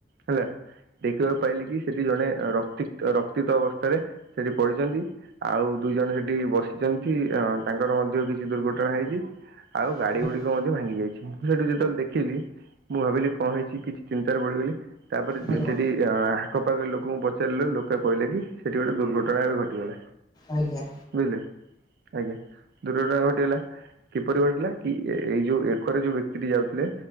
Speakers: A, on the right (about 60°); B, on the left (about 20°).
A: ହେଲା। ଦେଖିବାକୁ ପାଇଲି କି? ସେଠି ଜଣେ ରକ୍ତି ରକ୍ତିିତ ଅବସ୍ଥାରେ ସେଠି ପଡ଼ିଚନ୍ତି। ଆଉ ଦୁଇ ଜଣ ସେଠି ବସିଚନ୍ତିମ। ଅ ତାଙ୍କର ମଧ୍ୟ କିଛି ଦୁର୍ଘଟଣା ଣା ହେଇଚି ଆଉ
B: ଆଜ୍ଞା
A: ଗାଡି ଗୁଡିକ ମଧ୍ୟ ଭାଙ୍ଗି ଯାଇଚି। ସେଠୁ ଯେତେବେଳେ ଦେଖିଲି, ମୁଁ ଭାବିଲି କଣ ହେଇଛି କିଛି ଚିନ୍ତାରେ ପଡିଗଲି ତାପରେ
B: ଆଜ୍ଞା
A: ସେଠି କି ଆଖପାଖ ଲୋକଙ୍କୁ ପଚାରିଲୁ ଲୋକେ କହିଲେ କି ସେଠି ଗୋଟେ ଦୁର୍ଘଟଣା ଏବେ ଘଟିଗଲା।
B: ଆଜ୍ଞା।
A: ବୁଝିଲେ, ଆଜ୍ଞା ଦୁର୍ଘଟଣା ଘଟିଗଲା। କିପରି ଘଟିଲା କି, ଏଇ ଯୋଉ ଏକରେ ଯୋଉ ବ୍ୟକ୍ତିଟି ଯାଉଥିଲେ